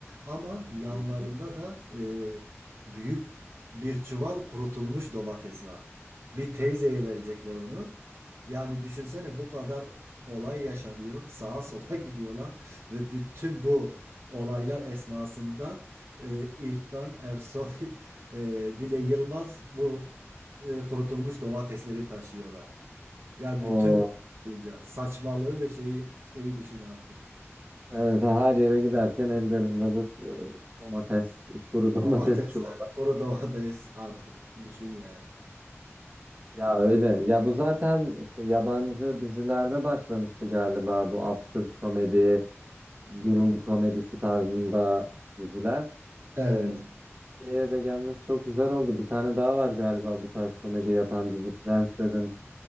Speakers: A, on the right; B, on the right.
A: ama yanlarında
B: Hı hı.
A: da e, büyük bir çuval kurutulmuş domates var. Bir teyzeye verecekler onu. Yani düşünsene bu kadar olay yaşanıyor. Sağa sola <laughs> gidiyorlar ve bütün bu olaylar esnasında e, İlkan Ersoy <laughs> Ee, bir de Yılmaz bu e, kurutulmuş domatesleri taşıyorlar. Yani
B: O
A: bütün günce saçmalığı ve şeyi şeyi düşün artık.
B: evet her yere giderken ellerinde bir e, domates kuru <laughs> domates
A: Domatesler,
B: çuvalı.
A: kuru domates artık düşün yani.
B: Ya öyle. Ya bu zaten işte yabancı dizilerde başlamıştı galiba bu absürt komedi. durum komedisi tarzında diziler.
A: Evet.
B: Türkiye'ye de gelmesi çok güzel oldu. Bir tane daha var galiba bu tarz komedi yapan dizi Prens dedin.